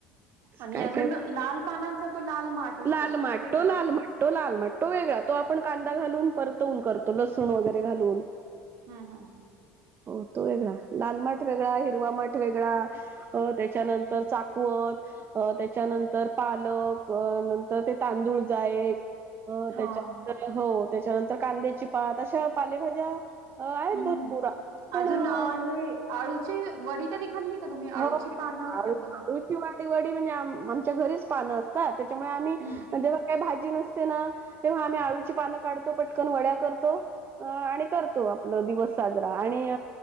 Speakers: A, on the right (about 65°); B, on the right (about 35°).
A: आणि
B: काय
A: अजून
B: काय
A: लाल पानाचा तो लाल माठ असतो
B: लाल
A: का
B: माठ
A: वेगळा?
B: तो लाल माठ तो लाल माट तो वेगळा तो आपण कांदा घालून परतवून करतो लसूण वगैरे घालून.
A: हा हा
B: हो तो वेगळा लाल माठ वेगळा हिरवा माठ वेगळा अ त्याच्यानंतर चाकवत त्याच्यानंतर पालक नंतर ते तांदूळ जा एक
A: हां.
B: त्याच्या हो त्याच्यानंतर कांद्याची पात अशा पालेभाज्या अ आहेत
A: हम्
B: भरपूर पण
A: अजून हे आळूची वडी कधी खाल्ली का तुम्ही?
B: हो
A: अळूची पानं असतात
B: आळूची
A: बघा.
B: वाडी वाडी म्हणजे आ आमच्या घरीच पानं अस त्तर त्याच्यामुळे आम्ही
A: हं.
B: जेव्हा काही भाजी नस तना तेव्हा आम्ही आळूची पानं काढतो पटकन वड्या करतो. अ आणि करतो आपला दिवस साजरा. आणि,